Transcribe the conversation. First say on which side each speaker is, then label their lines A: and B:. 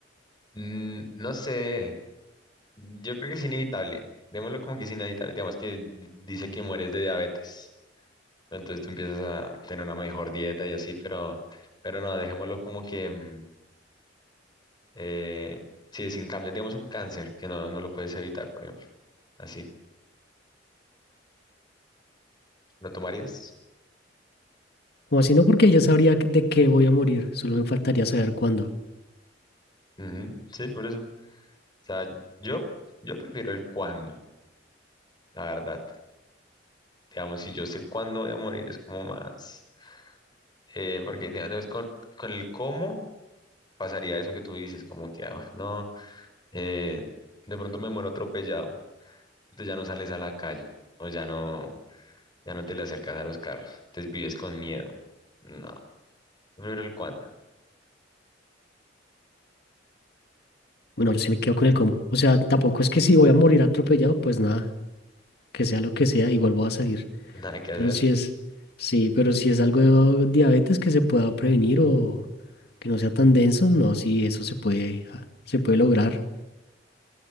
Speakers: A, on the left (about 25°); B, on the left (about 60°).
A: mm, no sé. Yo creo que es inevitable. Démoslo como que es inevitable. Digamos que di- dice que mueres de diabetes. Entonces tú empiezas a tener una mejor dieta y así, pero, pero no, dejémoslo como que mm, eh, si es sin cambio, digamos un cáncer que no, no lo puedes evitar, por ejemplo. Así. ¿Lo tomarías?
B: O así no, porque ya sabría de qué voy a morir, solo me faltaría saber cuándo.
A: Ujú, Sí, por eso. O sea, yo, yo prefiero el cuándo, la verdad. Digamos, si yo sé cuándo voy a morir, es como más. eh, porque digamos, con, con el cómo pasaría eso que tú dices, como que ah, no. eh, de pronto me muero atropellado, entonces ya no sales a la calle o ya no, ya no te le acercas a los carros, entonces vives con miedo. No, pero el cuándo,
B: Bueno, yo sí me quedo con el cómo. O sea, tampoco es que si voy a morir atropellado, pues nada, que sea lo que sea, igual voy a salir.
A: <laughs> nada que hacer,
B: Pero si es, sí, pero si es algo de diabetes que se pueda prevenir o que no sea tan denso, no, sí, eso se puede, ah, se puede lograr.